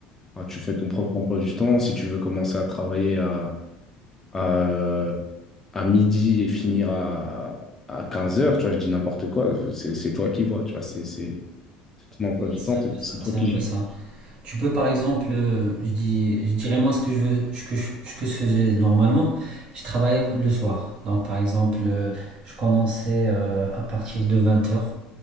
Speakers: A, on the left; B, on the right.
A: Ah, tu fais ton propre emploi du temps. Si tu veux commencer à travailler à, à, euh, à midi et finir à, à 15 heures, tu vois, je dis n'importe quoi, c'est c'est toi qui vois, tu vois, c'est, c'est- C'est ton emploi du
B: C'est
A: temps, c'est c'est toi qui
B: un peu
A: gères.
B: ça. Tu peux par exemple, euh, je, dis, je dirais moi ce que je veux, ce que je, ce que je faisais normalement, je travaillais le soir. Donc par exemple, euh, je commençais euh, à partir de 20 heures.